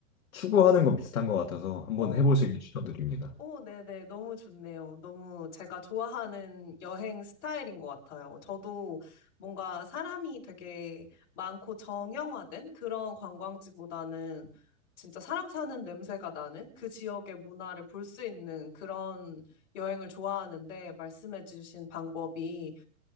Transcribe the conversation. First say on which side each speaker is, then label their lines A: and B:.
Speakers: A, on the left (about 70°); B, on the left (about 55°).
A: 추구하는 건 비슷한 것 같아서 한번
B: 오,
A: 해보시길 추천드립니다.
B: 오, 네네. 너무 좋네요. 너무 제가 좋아하는 여행 스타일인 것 같아요. 저도 뭔가 사람이 되게 많고 정형화된 그런 관광지보다는 진짜 사람 사는 냄새가 나는 그 지역의 문화를 볼 수 있는 그런 여행을 좋아하는데 말씀해주신 방법이